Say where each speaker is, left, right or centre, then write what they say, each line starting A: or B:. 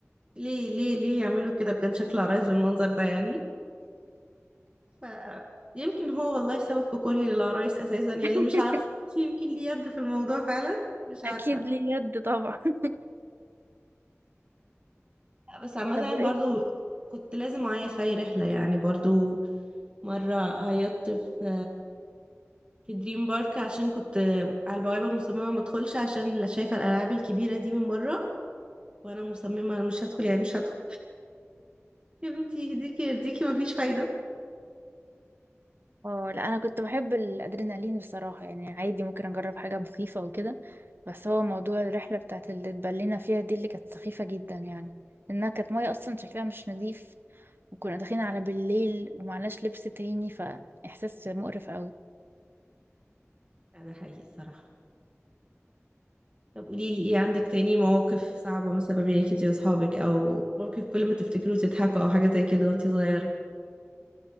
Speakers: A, on the right; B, on the right.
A: ليه ليه ليه يعملوا كده بجد شكل العرايس بالمنظر ده يعني ف يمكن هو والله سبب في كرهي للعرايس اساسا يعني
B: <laughs>
A: مش عارفه <laughs> يمكن ليه يد في الموضوع فعلا مش عارفه
B: اكيد ليه يد طبعا <laughs>
A: لا، بس عامه
B: طب وايه
A: برضو
B: تاني؟
A: كنت لازم اعيط في اي رحله يعني برضو مره عيطت في في دريم بارك عشان كنت على البوابه مصممه ما ادخلش عشان لا شايفه الالعاب الكبيره دي من بره وانا مصممه انا مش هدخل يعني مش هدخل يا بنتي يهديكي يرضيكي مفيش فايده
B: اه لا انا كنت بحب الادرينالين بصراحة يعني عادي ممكن اجرب حاجة مخيفة وكده بس هو موضوع الرحلة بتاعت اللي اتبلينا فيها دي اللي كانت سخيفة جدا يعني انها كانت مية اصلا شكلها مش نظيف وكنا داخلين على بالليل ومعناش لبس تاني فاحساس مقرف
A: لا، ده حقيقي الصراحه طب قولي لي ايه عندك تاني مواقف صعبة مثلا ما بينك انتي واصحابك او موقف كل ما تفتكروه تضحكوا او حاجة زي كده وانتي صغيرة